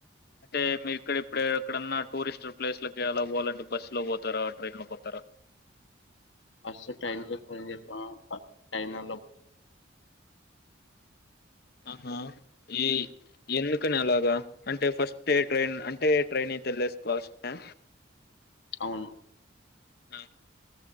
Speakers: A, on the left (about 55°); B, on the left (about 70°).
A: అంటే మీరు ఇక్కడ ఇప్పుడ ఎక్కడన్నా టూరిస్ట్ ప్లేస్లకి అలా పోవాలంటే బస్సులో పోతారా ట్రైన్లో పోతారా
B: ఫ టైన్ పతా టైనా
A: ఆహా ఏ ఎందుకని అలాగా అంటే ఫస్ట్ ట్రైన్ అంటే ట్రైన్ తె వెలేసుకోవస్త
B: అవును
A: ఆ